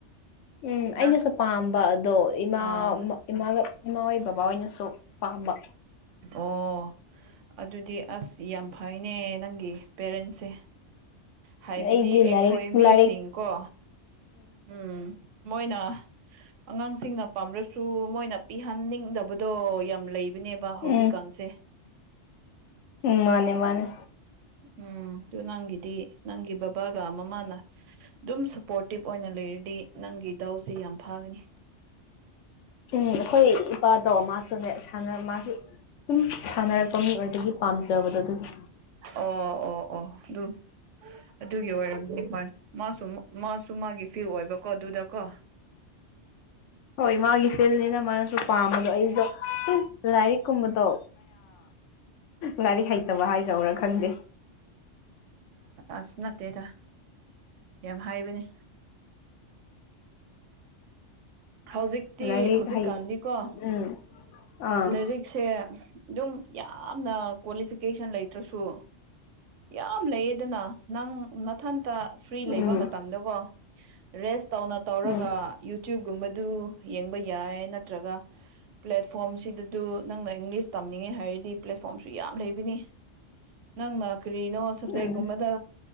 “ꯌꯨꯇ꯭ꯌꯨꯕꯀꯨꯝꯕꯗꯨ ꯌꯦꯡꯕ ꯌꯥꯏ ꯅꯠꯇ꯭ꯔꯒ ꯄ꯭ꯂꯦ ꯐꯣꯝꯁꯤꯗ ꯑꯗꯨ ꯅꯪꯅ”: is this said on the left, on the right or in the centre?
Right